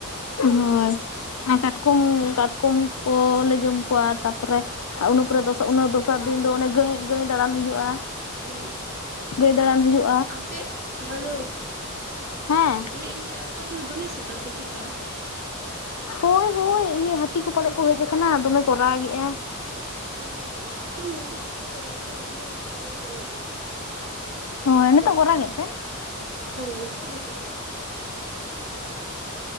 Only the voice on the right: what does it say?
ᱦᱩᱸ
ᱩᱸᱻ
ᱟᱯᱮᱜ ᱦᱟᱞᱳ,
ᱞᱟᱹᱭᱤ ᱟᱹᱧ ᱪᱮ ᱟᱯᱮ ᱚᱱᱛᱮ ᱫᱚ ᱫᱚᱢᱮ ᱥᱮᱛᱟᱜ ᱥᱮ ᱪᱮᱛᱟ?
ᱚᱻ ᱤᱛᱩ ᱦᱚᱸ ᱩᱱᱠᱩ ᱥᱮᱛᱟ ᱠᱚ ᱨᱟᱜᱮᱜ-ᱟ ᱤᱧ ᱢᱮᱱᱫᱟ ᱫᱚᱢᱮ ᱯᱟᱜᱞᱟ ᱥᱮᱛᱟ
<unintelligible>
ᱵᱟᱝ ᱢᱟᱹᱭ ᱱᱤᱛᱚᱜ ᱫᱚ ᱵᱟᱠᱚ ᱨᱟᱜᱟ᱾